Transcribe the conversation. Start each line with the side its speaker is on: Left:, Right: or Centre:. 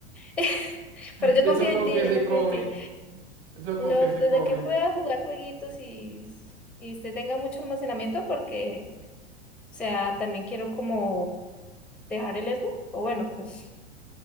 Centre: <laughs> Pero yo
Right: ¿y
Centre: confío
Right: eso con
Centre: en ti,
Right: qué se
Centre: yo confío
Right: come?
Centre: en ti.
Right: ¿Eso con
Centre: Yo,
Right: qué se
Centre: desde
Right: come?
Centre: que pueda jugar jueguitos y, y usted tenga mucho almacenamiento, porque, o sea, también quiero como dejar el Xbox, o bueno, pues,